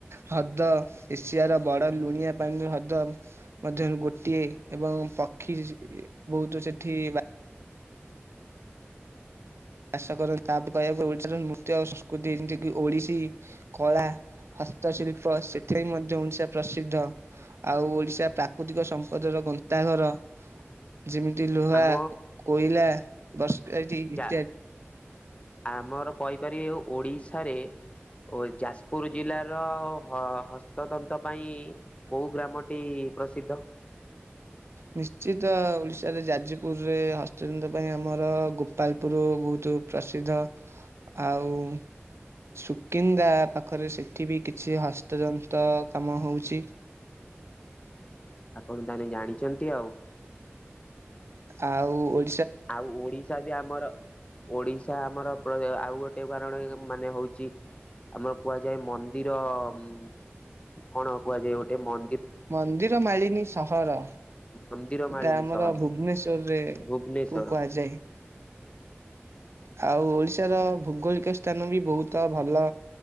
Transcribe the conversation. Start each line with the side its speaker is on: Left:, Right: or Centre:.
Right: ହ୍ରଦ ଏସିଆର ବଡ଼ ଲୁଣିଆ ପାଣି ନା ହ୍ରଦ ମଧ୍ୟରୁ ଗୋଟିଏ ଏବଂ ପ <unintelligible> ବହୁତ ସେଠି ବା ଷ କରନ୍ତି ତାପରେ କହିବାକୁ ଓଡ଼ିଶାର ନୃତ୍ୟ ସଂସ୍କୃତି ଯେମିତିକି ଓଡ଼ିଶୀ କଳା ହତ୍ ସ୍ତି ଶିଳ୍ପ ସେରେବି ମଧ୍ୟ ଓଡ଼ିଶା ପ୍ରସିଦ୍ଧ ଆଉ ଓଡ଼ିଶା ପ୍ରାକୃତିକ ସମ୍ପଦର ବଦ୍ ତା ଘର ଯେମିତି ଲୁହା,
Left: ଆମ
Right: କୋଇଲା ବର୍ଷ ଇତ୍ଯାଦି
Left: ଆ ଆମର କହିପାରିବେ ଓଡ଼ିଶାରେ ଓ ଯାଜପୁର ଜିଲ୍ଲାର ହଁ ହସ୍ତତନ୍ତ ପାଇଁ କୋଉ ଗ୍ରାମଟି ପ୍ରସିଦ୍ଧ।
Right: <inaudible> ନିଶ୍ଚିତ ଓଡ଼ିଶାରେ ଯାଜପୁରରେ ହସ୍ତଜନ୍ତ୍ର ପାଇଁ ଆମର ଗୋପାଳପୁରୁ ବହୁତୁ ପ୍ରସିଦ୍ଧ ଆଉ ସୁକିନ୍ଦା ପାଖରେ ସେଠି ବି କିଛି ହସ୍ତଯନ୍ତ କାମ ହଉଛି। <inaudible>
Left: ଆପଣ ତାହେଲେ ଜାଣିଛନ୍ତି ଆଉ।
Right: ଆଉ ଉ
Left: ଆଉ ଓଡିଶା ବି ଆମର ଓଡିଶା ଆମର ଆଉ ଗୋଟେ କାରଣ, ମାନେ ହଉଛି ଆମର କୁହାଯାଏ ମନ୍ଦିର ।ଉ କଣ କୁହାଯାଏ ।ଗୋଟେ ମି
Right: ମନ୍ଦିର ମାଳିନୀ ସହର।
Left: ମନ୍ଦିର
Right: ସେଟା
Left: ମାଳିନୀ
Right: ଆମର
Left: ସହର
Right: ଭୁବନେଶ୍ଵରରେ
Left: ଭୁବନେଶ୍ଵର
Right: କୁ କୁହାଯାଏ। <inaudible> ଆଉ ଓଡ଼ିଶାର, ଭୌଗୋଳିକ ସ୍ଥାନ ବି, ବହୁତ ଭଲ